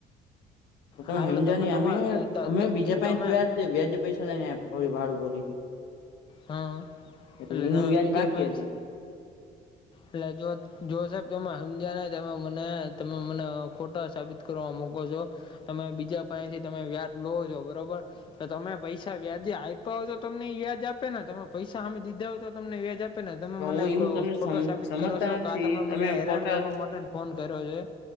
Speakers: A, on the left; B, on the left.
A: તમે
B: હાલ
A: હેમજયોની
B: તમારા
A: અમે બીજા પાહે
B: તમે
A: વ્યાજે પૈસા લઈને આપ્યા ભાડું ભોરીને
B: હા
A: એટલે એનું
B: તમે
A: વ્યાજ
B: બીજે
A: બાકી
B: પાંચ
A: હતું
B: એટલે જો જો સાહેબ તમે હમજ્યા નઈ તો મને તમે મને ખોટા સાબિત કરવા મુકો છો, તમે બીજા પાહેથી તમે વ્યાજ લો છો બરોબર તો તમે પૈસા વ્યાજે આપ્યા હો તો તમને વ્યાજ આપ આપેને તમે પૈસા હામે દીધા હોય તો તમને વ્યાજ આપે આપેને તમે
A: તો
B: મને
A: હું એમ તમને
B: ખોટો
A: સમ
B: સાબિત
A: સમજતા
B: કરો છો,
A: નથી
B: કા તમે મને હેરાન
A: ખોટા
B: કરવા માટે ફોન કર્યો છે